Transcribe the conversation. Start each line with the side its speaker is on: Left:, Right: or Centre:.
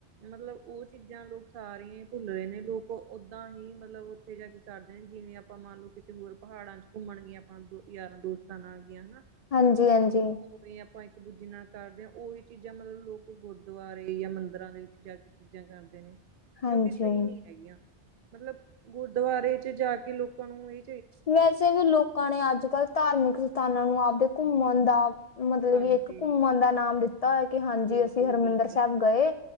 Right: ਮਤਲਬ ਓ ਚੀਜ਼ਾਂ ਲੋਕ ਸਾਰੀਆਂ ਈ ਭੁੱਲ ਰਏ ਨੇ ਲੋਕ ਓਦਾਂ ਹੀ ਮਤਲਬ ਓਥੇ ਜਾ ਕੇ ਕਰਦੇ ਨੇ ਜਿਵੇਂ ਆਪਾਂ ਮੰਨ ਲਓ ਕਿ ਕਿਤੇ ਹੋਰ ਪਹਾੜਾਂ ਚ ਘੁੰਮਣ ਗੇਆਂ ਆਪਾਂ ਯਾਰਾਂ ਦੋਸਤਾਂ ਨਾਲ ਗੇਆਂ ਹਨਾ।
Left: ਹਾਂਜੀ-ਹਾਂਜੀ।
Right: ਓਵੇ ਆਪਾਂ ਇੱਕ ਦੂਜੀ ਨਾਲ ਕਰਦੇ ਆਂ ਓਹੀ ਚੀਜਾਂ ਮਤਲਬ ਲੋਕ ਗੁਰਦੁਆਰੇ ਜਾਂ ਮੰਦਿਰਾਂ ਦੇ ਵਿੱਚ ਜਾ ਕੇ ਚੀਜਾਂ ਕਰਦੇ ਨੇ।
Left: ਹਾਂਜੀ
Right: ਜੋ ਕਿ ਸਈ ਨੀ ਹੈਗੀਆਂ, ਮਤਲਬ ਗੁਰਦਵਾਰੇ ਚ ਜਾ ਕੇ ਲੋਕਾਂ ਨੂੰ ਏ
Left: ਵੈਸੇ ਵੀ ਲੋਕਾਂ ਨੇ ਅੱਜ-ਕੱਲ ਧਾਰਮਿਕ ਸਥਾਨਾਂ ਨੂੰ ਆਵਦੇ ਘੁੰਮਣ ਦਾ ਮਤਲਬ
Right: ਹਾਂਜੀ
Left: ਕਿ ਇੱਕ ਘੁੰਮਣ ਦਾ ਨਾਮ ਦਿੱਤਾ ਹੋਇਆ ਕਿ ਹਾਂਜੀ
Right: ਬਿਲਕੁਲ
Left: ਅਸੀਂ ਹਰਿਮੰਦਰ
Right: ਬਿਲਕੁਲ
Left: ਸੈਬ ਗਏ।